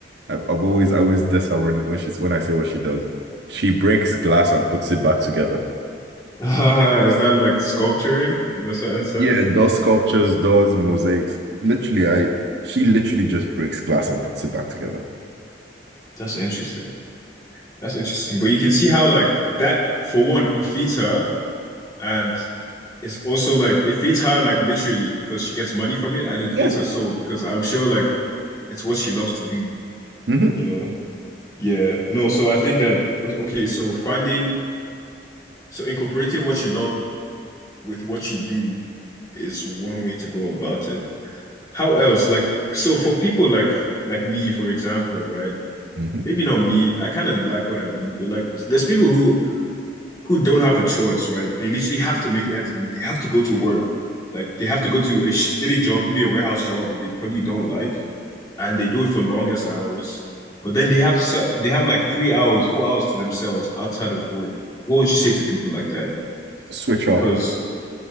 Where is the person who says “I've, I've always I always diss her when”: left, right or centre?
Right